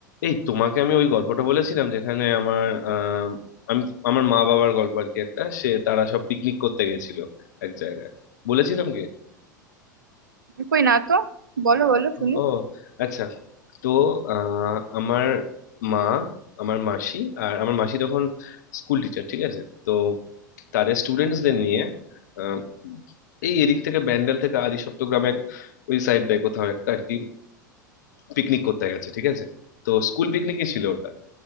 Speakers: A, on the left (about 60°); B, on the right (about 75°).
A: এই তোমাকে আমি ওই গল্পটা বলেছিলাম যেখানে আমার আহ আমি আমার মা বাবার গল্প আর কি একটা সে তারা সব পিকনিক করতে গেছিল এক জায়গায় বলেছিলাম কি
B: কই না তো বলো বলো শুনি
A: ও আচ্ছা তো আহ আমার মা আমার মাসি আর আমার মাসি তখন স্কুল টিচার ঠিক আছে তো তাদের স্টুডেন্টসদের নিয়ে আহ, এই এদিক থেকে ব্যান্ডেল থেকে আদিসপ্ত গ্রামের ওই সাইডটায় কোথাও একটা আর কি পিকনিক করতে গেছে ঠিক আছে তো স্কুল পিকনিকই ছিল ওটা